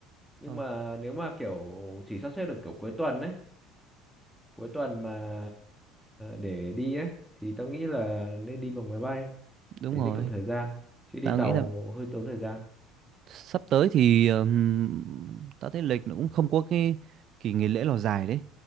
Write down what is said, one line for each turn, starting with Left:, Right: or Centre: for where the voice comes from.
Centre: nhưng
Right: ờ,
Centre: mà nếu mà kiểu chỉ sắp xếp được kiểu cuối tuần ấy cuối tuần mà để đi ấy thì tao nghĩ là nên đi bằng máy bay
Right: đúng
Centre: để
Right: rồi
Centre: tiết kiệm thời gian chứ đi
Right: tao
Centre: tàu
Right: nghĩ là
Centre: hơi tốn thời gian
Right: sắp tới thì ừm, tao thấy lịch nó cũng không có cái kỳ nghỉ lễ nào dài đấy